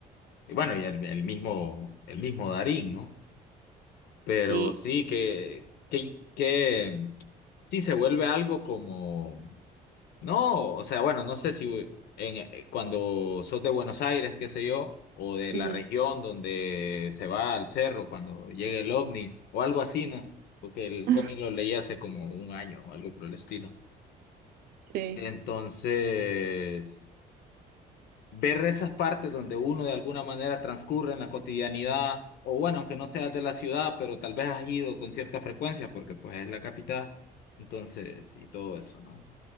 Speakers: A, on the left (about 70°); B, on the right (about 65°).
A: Y bueno, y el, el mismo, el mismo Darín, ¿no? Pero
B: Sí.
A: sí que, que, que mm, sí se vuelve algo como, no, o sea, bueno, no sé si en, eh, cuando sos de Buenos Aires, qué sé yo, o de
B: Ujú.
A: la región donde se va al cerro cuando llega el ovni, o algo así, ¿no? Porque el
B: <laughs>
A: cómic lo leí hace como un año o algo por el estilo.
B: Sí.
A: Entonces... ver esas partes donde uno de alguna manera transcurre en la cotidianidad, o bueno, aunque no seas de la ciudad, pero tal vez has ido con cierta frecuencia, porque pues es la capital, entonces, y todo eso, ¿no?